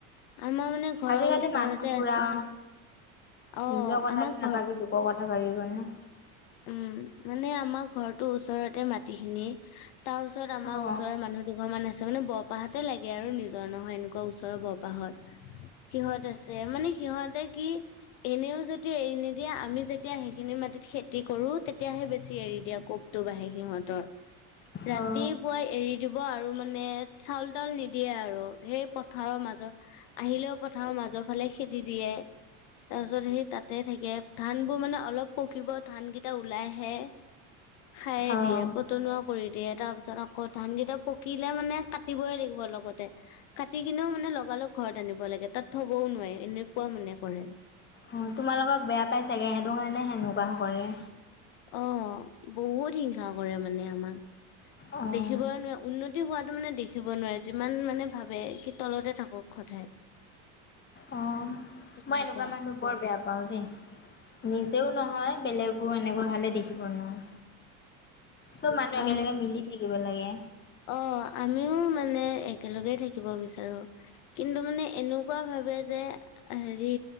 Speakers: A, on the left (about 70°); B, on the left (about 30°).
A: আমাৰ মানে ঘৰৰ
B: আজিকালি
A: ওচৰতে
B: মানুহ
A: আছে
B: বোৰ আৰু,
A: অ
B: নিজৰ কথাটো
A: আমাৰ ঘৰ
B: নাভাবিলো লোকৰ কথা ভাবিবনে?
A: উম, মানে আমাৰ ঘৰটোৰ ওচৰতে মাটিখিনি, তাৰ ওচৰত আমাৰ
B: অঁ
A: ওচৰৰ মানুহ দুঘৰ মান আছে, মানে বৰপাহতে লাগে আৰু নিজৰ নহয় এন ওচৰৰ বৰপাহত, সিহঁত আছে, মানে সিহঁত তে কি এনেও যদি এৰি নিদিয়ে আমি যেতিয়া সেইখিনি মাটিত খে কি কৰো তেতিয়াহে বেছি এৰি দিয়ে কোবটো বাঢ়ে সিহঁতৰ, ৰাতিপুৱাই
B: অঁ অঁ
A: এৰি দিব আৰু মানে চাউল তাউল নিদিয়ে আৰু সেই পথাৰৰ মাজত আহিলেও পথাৰৰ মাজৰ ফালে খেদি দিয়ে। তাৰপিছত সেই তাতে থাকে, ধান বোৰ মানে অলপ পকিব ধান কেইটা ওলাইহে, খাই
B: অঁ
A: দিয়ে পতনুৱাক কৰি দিয়ে, তাৰ পিছত আকৌ ধানকেইটা পকিলে মানে কাটিবই লাগিব লগতে। কাটি কিনেও মানে লগালগ ঘৰত আনিব লাগে তাত থবও নোৱাৰি, এনেকুৱা মানে কৰে।
B: অ', তোমালোকক বেয়া পাই চাগে সেইটো কাৰণে সেনেকুৱা কৰে।
A: অ', বহুত হিংসা কৰে মানে আমাক,
B: অঁ
A: দেখিবই নোৱা উন্নত তি হোৱাটো মানে দেখিব নোৱাৰে যিমান মানে ভাবে কি তলতে থাকক সদায়।
B: অ',
A: তেনেকুৱা
B: মই এনেকুৱা মানুহ বৰ বেয়া পাওঁ দেই, নিজেও নহয় বেলেগবোৰ এনেকুৱা হলে দেখিব নোৱাৰোঁ। চব মানুহ একেলগে
A: উম
B: মিলি থাকিব লাগে।
A: অ', আমিও মানে একেলগেই থাকিব বিচাৰো। কিন্তু মানে এনেকুৱা ভাবে যে, হেৰি